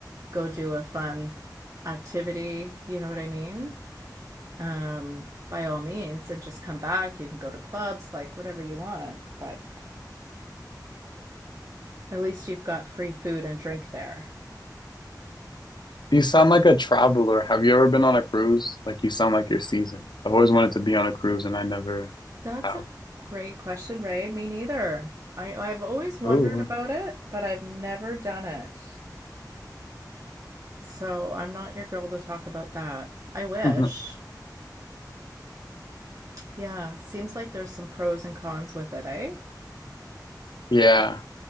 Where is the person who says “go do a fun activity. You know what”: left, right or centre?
Right